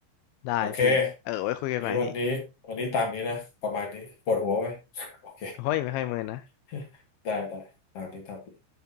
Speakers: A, on the left; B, on the left.
A: ได้พี่เออไว้คุยกันใหม่พี่
B: โอเคงี้วันนี้วันนี้ตามนี้นะประมาณนี้ปวดหัวไหม <laughs> โอเค
A: โอ้ยไม่ค่อยเมินนะ
B: <laughs> ได้ได้ตามนี้ตามนี้